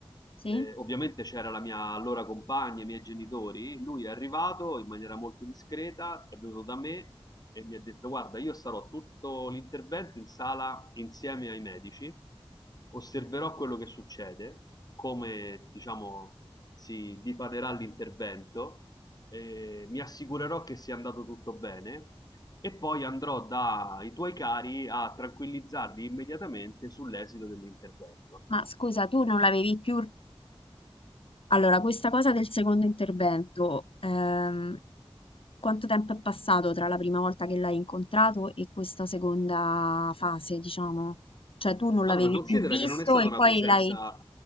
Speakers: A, on the left; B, on the left.
A: Sì?
B: eh, ovviamente c'era la mia allora compagna, i miei genitori, lui è arrivato in maniera molto discreta, è venuto da me e mi ha detto guarda, io sarò tutto l'intervento in sala insieme ai medici osserverò quello che succede, come diciamo si dipanerà l'intervento, eh, mi assicurerò che sia andato tutto bene e poi andrò dai tuoi cari a tranquillizzarli immediatamente sull'esito dell'intervento.
A: Ma scusa, tu non l'avevi più... Allora, questa cosa del secondo intervento, ehm, quanto tempo è passato tra la prima volta che l'hai incontrato e questa seconda fase, diciamo? Cioè, tu non
B: Allora,
A: l'avevi
B: considera
A: più visto
B: che non è stata
A: e
B: una
A: poi
B: presenza
A: l'hai...